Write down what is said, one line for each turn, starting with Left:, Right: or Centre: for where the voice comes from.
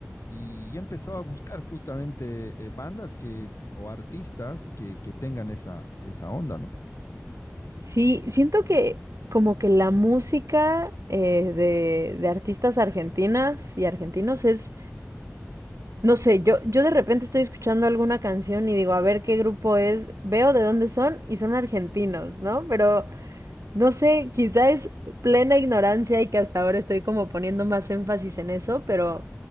Left: Y he empezado a buscar justamente eh, bandas que, o artistas que, que tengan esa, esa onda, ¿no?
Right: Sí, siento que como que la música eh, de, de artistas argentinas y argentinos es No sé, yo, yo de repente estoy escuchando alguna canción y digo, a ver qué grupo es, veo de dónde son y son argentinos, ¿no? Pero no sé, quizá es plena ignorancia y que hasta ahora estoy como poniendo más énfasis en eso, pero